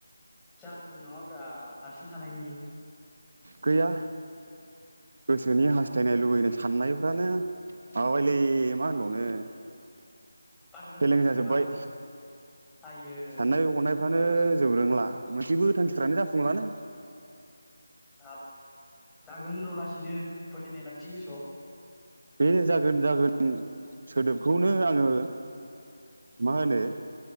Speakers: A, in the centre; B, on the right.
A: जाहोन दं नाम ब्रा हारसिं थानायनि
B: गैया गोसोनि हास्थायनाय लुबैनाय साननायफ्रानो माबाबायलै मा होनबावनो
A: बारा जाथारबाय
B: फेलें जाजोब्बाय
A: नामा आइयो
B: साननाय हनायफ्रानो
A: सयथिबो
B: जोबरोंला मोनसेबो थांखिफ्रानो जाफुंलानो
A: हाब जागोन रलासिनो फोथायनाय लाखि गोसोआव
B: बे जागोन जागोन सोदोबखौनो आङो मा होनो